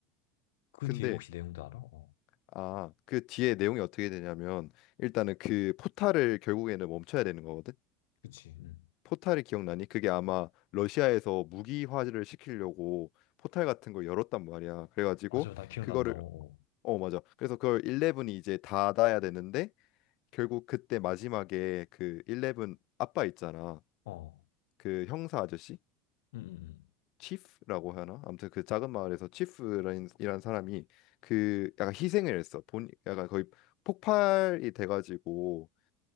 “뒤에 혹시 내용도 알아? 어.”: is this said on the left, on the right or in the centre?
Left